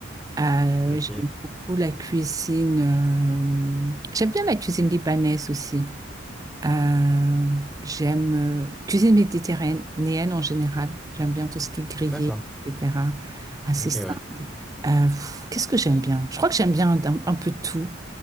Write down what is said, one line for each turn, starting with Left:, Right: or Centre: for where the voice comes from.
Right: Euh,
Centre: Ok,
Right: j'aime beaucoup la cuisine. euh, j'aime bien la cuisine libanaise aussi. Euh, j'aime euh, cuisine méditerranéenne en général. J'aime bien tout ce qui est grillé,
Centre: d'accord.
Right: etc. Assez
Centre: Ok,
Right: simple.
Centre: ouais.
Right: Euh, pff, qu'est-ce que j'aime bien? Je crois que j'aime bien un, un peu tout.